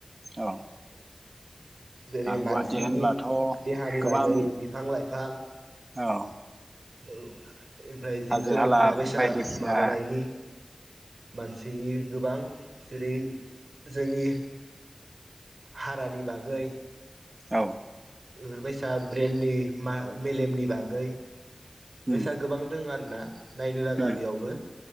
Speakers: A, on the right; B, on the right.
A: औ ओ
B: जेरै मानसिनि
A: गुवाहाटि होनब्लाथ'
B: देहानि
A: गोबां
B: बागै बिफां-लाइफां बिफां
A: औ
B: ओ ओमफ्राय जिब-जुनारखौ
A: हाजो हाला
B: माबायसा
A: बायदिसिना
B: माबानायनि मानसिनि गोबां जेरै जोंनि हारानि बागै
A: औ
B: बेफोरबायसा ब्रेन्डनि मा मेलेमनि बागै बेबायसा
A: उम
B: गोबां दं आरो ना? नायनो लागा
A: उम
B: बेयावबो